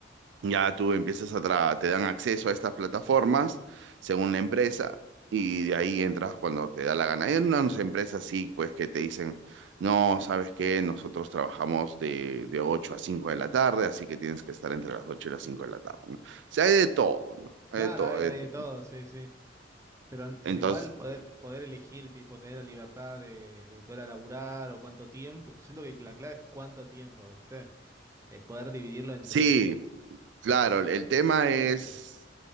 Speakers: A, on the right; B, on the right.
A: ya tú empiezas a tra- te dan acceso a estas plataformas según la empresa y de ahí entras cuando te da la gana. Hay unas empresas sí, pues que te dicen, no, ¿sabes qué? Nosotros trabajamos de, de 8 a 5 de la tarde, así que tienes que estar entre las 8 y las 5 de la tarde, ¿no? O sea, hay de todo, ¿no? Hay
B: Claro,
A: de todo,
B: hay,
A: hay
B: hay
A: de todo.
B: de todo, sí, sí. Pero,
A: Entonces,
B: pero igual poder, poder elegir, tipo, tener la libertad de, de qué hora laburar o cuánto tiempo. Siento que la clave es cuánto tiempo, ¿viste? De poder dividirlo entre,
A: sí. Claro,
B: entre
A: el tema
B: el disfrute
A: es,
B: y el laburo.